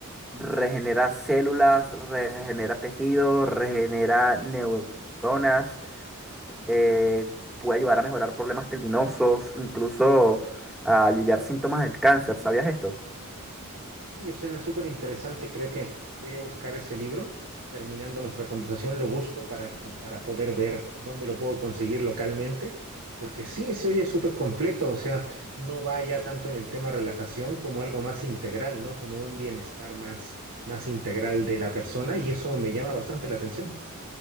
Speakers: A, in the centre; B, on the right.
A: regenera células, regenera tejido, regenera neuronas, eh, puede ayudar a mejorar problemas tendinosos, incluso a aliviar síntomas del cáncer. ¿Sabías esto?
B: Oye, suena súper interesante. Creo que voy a buscar ese libro. Terminando nuestra conversación, lo busco para, para poder ver dónde lo puedo conseguir localmente. Porque sí, se oye súper completo. O sea, no vaya tanto en el tema relajación como algo más integral, ¿no? Como un bienestar más, más integral de la persona. Y eso me llama bastante la atención.